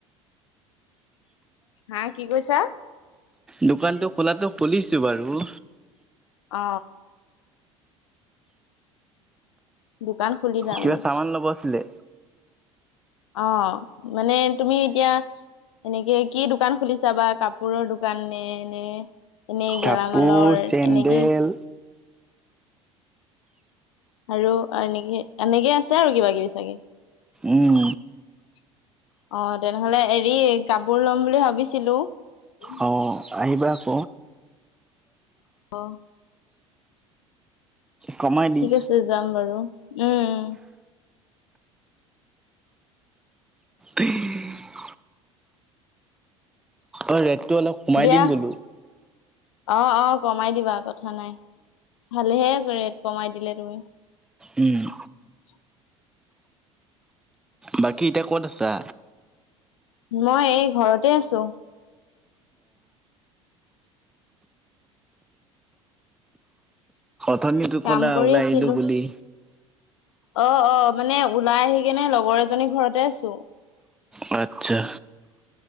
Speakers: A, on the left (about 70°); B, in the centre.
A: হা কি কৈছা ।
B: দোকানটো খোলাতটো খুলিছো বাৰু,
A: অ দোকান খুলিলা
B: কিবা
A: মানে?
B: চামান লব আছিলে?
A: অ মানে তুমি এতিয়া এনেকে কি দোকান খুলিছা বা কাপোৰৰ দোকান নে নে, এনেই
B: কাপোৰ,
A: গেলামালৰ
B: চেণ্ডেল
A: এনেকেই আৰু এনেকে, এনেকে আছে আৰু কিবা কিবি চাগে?
B: উম
A: <inaudible> অ তেনেহলে এৰি কাপোৰ লম বুলি ভাবিছিলো ।
B: অ' আহিবা ক
A: অ
B: কমাই দিম।
A: ঠিক আছে যাম বাৰু উম উম ।
B: উম। <unintelligible> অ ৰেটটো অলপ কমাই
A: দিয়া
B: দিম বোলো।
A: অ অ কমাই দিবা কথা নাই, ভালে হে ক ৰেট কমাই দিলে তুমি ।
B: উম
A: <inaudible>
B: বাকী এতিয়া ক'ত আছা?
A: মই এই ঘৰতে আছো ।
B: অথনীটো
A: কাম
B: ক'লা
A: কৰি
B: ওলাই
A: আছিলো
B: আহিলোঁ বুলি।
A: অ অ মানে ওলাই আহি কেনে লগৰ এজনী ঘৰতে আছো ।
B: অ আচ্ছা